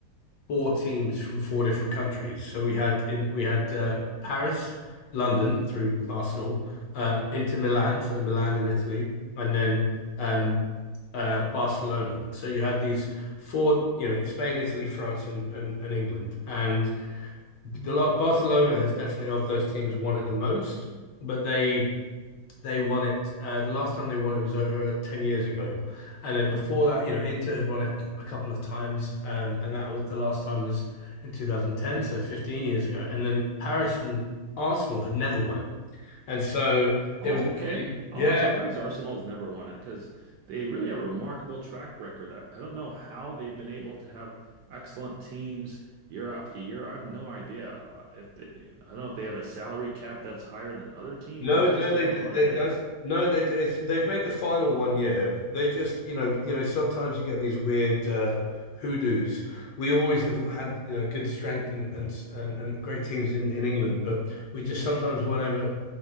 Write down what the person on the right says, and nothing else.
Oh,
okay.
Oh,
I'm surprised Arsenal's never won it because they really have a remarkable track record. I, I don't know how they've been able to have excellent teams year after year. I have no idea Uh, if they, I don't know if they have a salary cap that's higher than other teams.
I
just don't
know
what
it is.